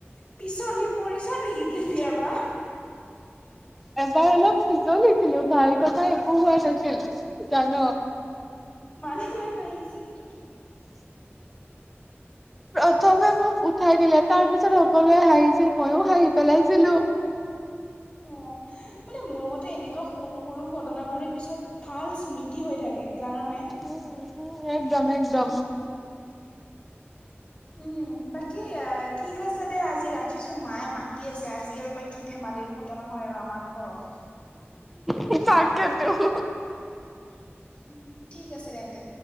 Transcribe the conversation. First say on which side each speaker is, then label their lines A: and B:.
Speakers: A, on the left; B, in the centre.
A: পিছলি পৰিছ নেকি, কেতিয়াবা?
B: এবাৰ, অলপ পিছলিছিলো ভাল কথা একো, হোৱা নাছিল, জান।
A: মানুহে হাঁহিছিল নেকি?
B: প্ৰথমে মোক উঠাই দিলে, তাৰ পিছত সকলোৱে হাঁহিছিল মইও হাঁহি পেলাইছিলো।
A: অ, মানে মোৰ মতে এনেকুৱা সৰু, সৰু ঘটনা বোৰে পিছত ভাল স্মৃতি হৈ থাকে জান, নে।
B: উম, উম, একদম একদম।
A: উম, বাকী এ ঠিক আছে দে আজি ৰাখিছো মায়ে মাতি আছে আজি আৰু বা কি ধেমালিৰ হয় আৰু আমাৰ ঘৰত।
B: <unintelligible>
A: উম ঠিক আছে তেন্তে।